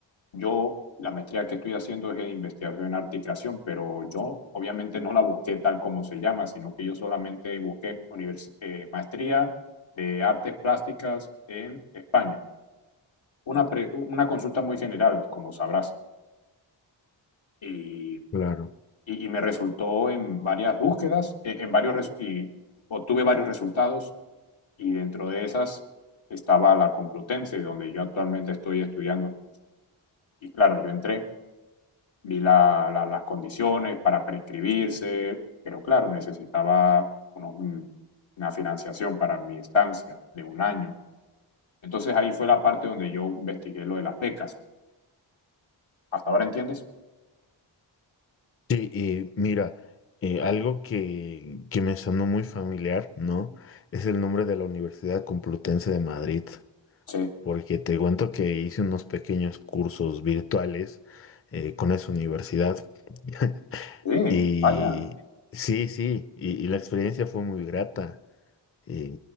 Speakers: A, on the left; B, on the left.
A: yo la maestría que estoy haciendo es en investigación en arte y creación, pero yo obviamente no la busqué tal como se llama, sino que yo solamente busqué univers- eh, maestría de artes plásticas en España. Una, pre- una consulta muy general, como sabrás. Y
B: Claro.
A: y, y me resultó en varias búsquedas, en, en varios y obtuve varios resultados y dentro de esas estaba la Complutense, donde yo actualmente estoy estudiando. Y claro, yo entré, vi la, la, las condiciones para prescribirse, pero claro, necesitaba unos, una financiación para mi estancia de un año. Entonces ahí fue la parte donde yo investigué lo de las becas. ¿Hasta ahora entiendes?
B: Sí, eh, mira, eh, algo que, que me sonó muy familiar, ¿no? Es el nombre de la Universidad Complutense de Madrid,
A: Sí.
B: porque te cuento que hice unos pequeños cursos virtuales eh, con esa universidad. <laughs>
A: Sí,
B: Y
A: vaya.
B: sí, sí, y, y la experiencia fue muy grata. Eh,